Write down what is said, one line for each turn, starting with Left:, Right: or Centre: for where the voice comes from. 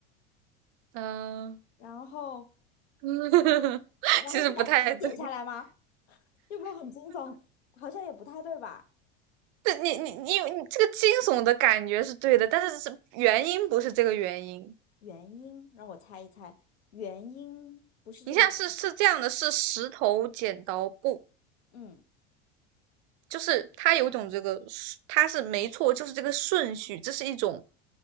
Right: 嗯，
Left: 然后
Right: 嗯 <laughs>，
Left: 然后是把皮剪下来吗？
Right: 其实不太对。
Left: 这不是很惊悚？好像也不太对吧？
Right: 这你你你有你这个惊悚的感觉是对的，但是是原因不是这个原因。
Left: 原因让我猜一猜，原因不是这个原，
Right: 你现在是是这样的，是石头剪刀布，
Left: 嗯，
Right: 就是它有一种这个顺，它是没错，就是这个顺序，这是一种